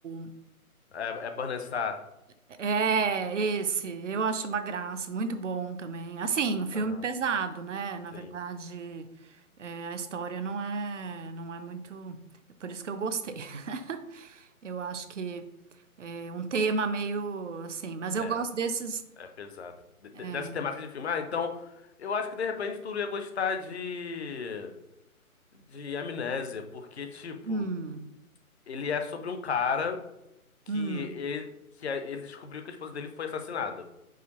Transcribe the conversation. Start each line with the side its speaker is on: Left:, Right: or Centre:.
Right: o.
Left: É, é Burning Star.
Right: É, esse, eu acho uma graça, muito bom também. Assim, um filme
Left: Aham,
Right: pesado, né? Na
Left: sim.
Right: verdade, é, a história não é, não é muito. é Por isso que eu gostei. <laughs> Eu acho que é um tema meio assim, mas eu
Left: É,
Right: gosto desses.
Left: é pesado. De- de-
Right: é,
Left: dessa temática de filme. Ah, então, eu acho que de repente tu ia gostar de. de Amnésia, porque, tipo,
Right: hum,
Left: ele é sobre um cara que
Right: hum,
Left: ele, que a- ele descobriu que a esposa dele foi assassinada.